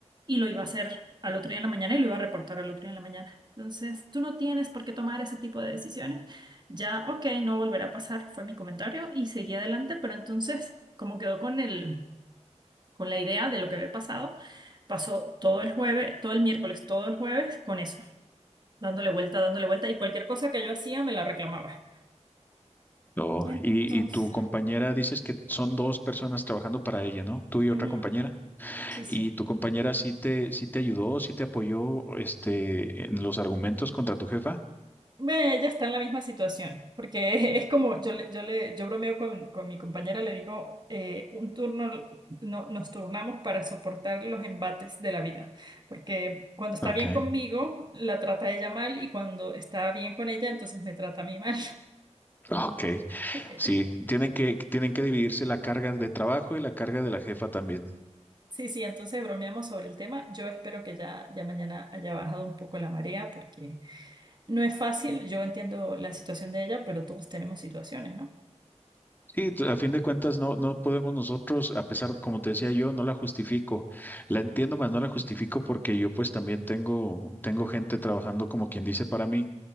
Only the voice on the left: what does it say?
No,
y, y tu compañera dices que son dos personas trabajando para ella, ¿no? Tú y
otra compañera.
¿Y tu compañera sí te, sí te ayudó, sí te apoyó, este, en los argumentos contra tu jefa?
Ok,
ok.
Sí, tienen que, tienen que dividirse la carga de trabajo y la carga de la jefa también.
Sí, t- a fin de cuentas no, no podemos nosotros, a pesar, como te decía yo, no la justifico. La entiendo, más no la justifico porque yo pues también tengo, tengo gente trabajando como quien dice para mí